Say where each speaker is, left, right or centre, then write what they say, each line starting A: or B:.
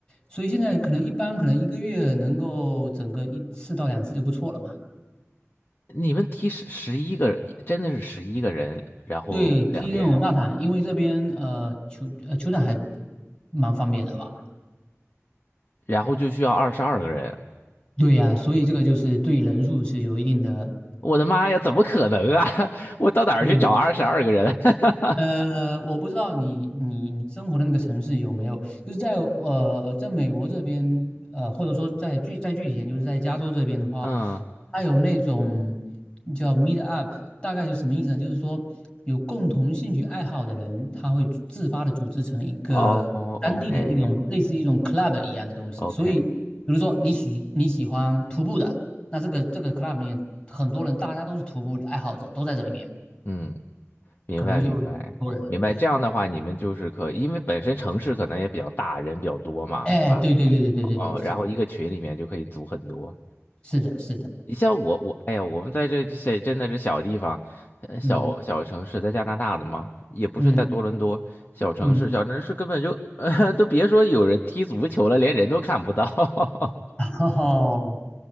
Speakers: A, on the left (about 25°); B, on the left (about 50°).
A: 所以现在可能一般可能一个月能够整个一次到两次就不错了嘛。
B: 你们踢十十一个，真的是十一个人，然后两边，
A: 对，踢那种大场，因为这边呃球呃球场还蛮方便的吧。
B: 然后就需要二十二个人。
A: 对呀，所以这个就是对人数是有一定的，
B: 我的妈呀，怎么可能啊？<laughs> 我到哪儿去找二十二个人？
A: 对，
B: <laughs>
A: 呃，我不知道你你你生活的那个城市有没有，就是在呃在美国这边，呃或者说在具再具体一点，就是在加州这边的话，
B: 嗯，
A: 它有那种叫 meet up，大概就是什么意思呢？就是说有共同兴趣爱好的人，他会自发的组织成一个当地哦的一种类似一种
B: 哦，OK
A: club 一样的东西。
B: OK，
A: 所以，比如说你喜你喜欢徒步的，那这个这个 club 里面很多人，大家都是徒步爱好者，都在这里面，
B: 嗯，明白明白明白。
A: 可能就是有很多人。对，
B: 这样的话，你们就是可以，因为本身城市可能也比较大，人比较多嘛，
A: 哎，
B: 是吧？
A: 对对对对对对对，
B: 哦，
A: 是的，
B: 然后一个群里面就可以组很多。
A: 是的，是的，
B: 你像我我，哎呀，我们在这这真的是小地方，呃小小城市，
A: 嗯
B: 在加拿大的嘛，也不是在多伦多，
A: 嗯
B: 小城市小城市根本就，
A: 嗯，
B: <laughs> 都别说有人踢足球了，连人都看不到。<laughs>
A: <laughs> 哦